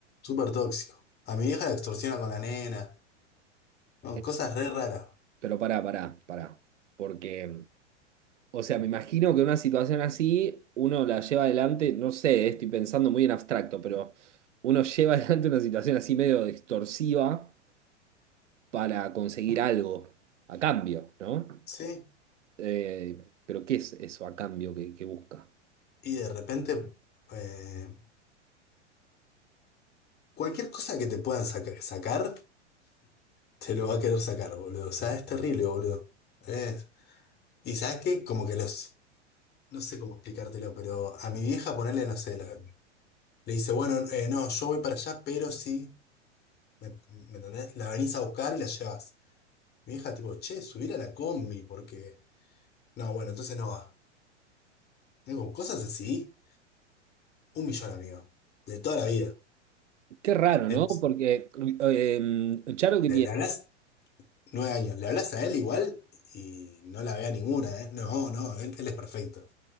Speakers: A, on the left (about 25°); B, on the right (about 80°).
A: Súper tóxico. A mi vieja la extorsiona con la nena. No,
B: Eh,
A: cosas re raras.
B: Pero pará, pará, pará, porque O sea, me imagino que una situación así uno la lleva adelante, no sé, eh, estoy pensando muy en abstracto, pero uno lleva <laughs> adelante una situación así medio extorsiva para conseguir algo a cambio, ¿no?
A: ¿Sí?
B: Eh, pero ¿qué es eso a cambio que, que busca?
A: Y de repente, eh, cualquier cosa que te puedan saca- sacar, te lo va a querer sacar, boludo. O sea, es terrible, boludo. Es- Y sabes qué, como que los... No sé cómo explicártelo, pero a mi vieja ponerle, no sé, la- le dice, bueno, eh, no, yo voy para allá, pero sí, ¿me, me entendés? La venís a buscar y la llevas. Mi hija, tipo, che, subir a la combi, porque. No, bueno, entonces no va. Tengo cosas así, un millón, amigo. De toda la vida.
B: Qué raro,
A: Entonces,
B: ¿no? Porque eh, em, Charo que
A: le
B: tiene...
A: hablas nueve años, le hablas a él igual y no la vea ninguna, ¿eh? No, no, él, él es perfecto.